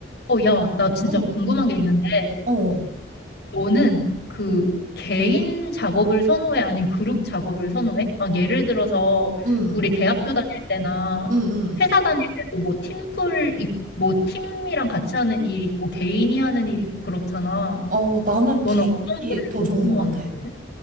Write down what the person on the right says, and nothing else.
어,
어,
음,
음, 음.
어, 나는
개인이
더
좋은
것 같아.